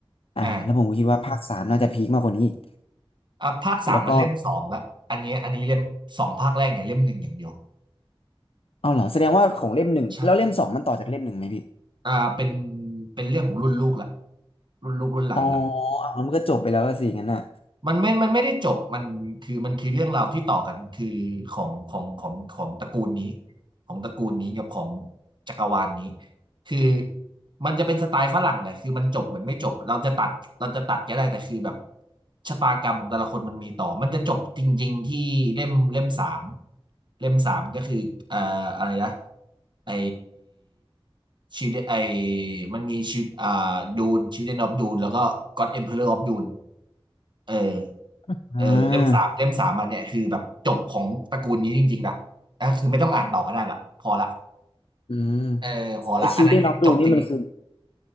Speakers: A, on the left; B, on the right.
A: อ่าแล้วผมก็คิดว่าภาคสามน่าจะพีคมากกว่านี้อีก
B: อ่าอ่ะภาคสามมันเล่มสองละอันนี้อันนี้เล่มสองภาคแรกเนี่ยเล่มหนึ่งอย่างเดียว
A: แล้วก็เอาเหรอแสดงว่าของเล่มหนึ่งแล้วเล่มสองมันต่อจากเล่มหนึ่งไหมพี่
B: ใช่ อ่าเป็นเป็นเรื่องของรุ่นลูกละรุ่นลูกรุ่นหลานละ
A: อ๋ออ่ะมันก็จบไปแล้วก็สิงั้นน่ะ
B: มันไม่มันไม่ได้จบ มันคือมันคือเรื่องราวที่ต่อกันคือของของของของตระกูลนี้ ของตระกูลนี้กับของจักรวาลนี้ คือมันจะเป็นสไตล์ฝรั่งแหละคือมันจบเหมือนไม่จบ เราจะตัดเราจะตัดก็ได้แต่คือแบบชะตากรรมของแต่ละคนมันมีต่อ มันจะจบจริงๆที่เล่มเล่มสามเล่มสามก็คือเอ่ออะไรนะไอชิวิตไอมันมีชีวอ่าดูนชีวิตเดนออฟดูนแล้วก็ก็อดเอ็มเพอเรอร์ออฟดูน เออ
A: อ่า
B: เออเล่มสามเล่มสามอันเนี่ยคือแบบจบของตระกูลนี้จริงๆละก็คือไม่ต้องอ่านต่อก็ได้ละพอละ
A: อืม
B: เออพอละอันนั้นคือจบจริง
A: ไอชิลเดนออฟดูนี่มันคือ